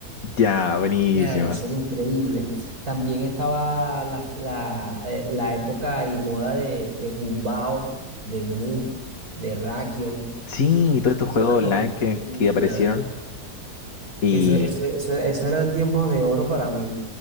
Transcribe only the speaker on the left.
Ya, buenísimo.
Sí,
todos estos
juegos
online
que,
que aparecieron. Y